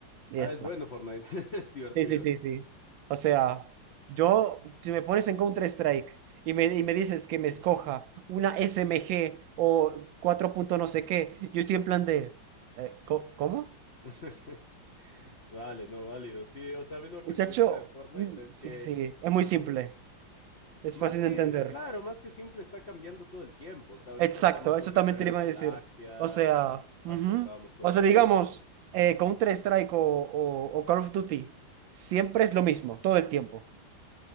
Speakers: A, on the right; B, on the left.
A: Y
B: Ah,
A: ya está.
B: es bueno Fortnite, <laughs> es divertido.
A: Sí, sí, sí, sí. O sea, yo, si me pones en Counter-Strike y me, y me dices que me
B: Ujú.
A: escoja una SMG o 4 punto no sé qué, yo estoy en plan de, eh, co- ¿cómo?
B: <laughs> Vale, no, válido. Sí, o sea, a mí lo que
A: Muchacho,
B: me gusta de Fortnite
A: mm,
B: es
A: sí,
B: que,
A: sí, es muy simple,
B: eh,
A: es
B: más
A: fácil de
B: que,
A: entender.
B: y claro, más que simple, está cambiando todo el tiempo. O sea, ahorita
A: Exacto,
B: estamos con
A: eso
B: Guerra
A: también
B: de
A: te
B: las
A: lo iba
B: Galaxias,
A: a decir. O sea, ujú.
B: antes estábamos con
A: O
B: los
A: sea, digamos,
B: ninjas.
A: eh,
B: Ujú.
A: Counter-Strike o, o- o Call of Duty, siempre es lo mismo, todo el tiempo.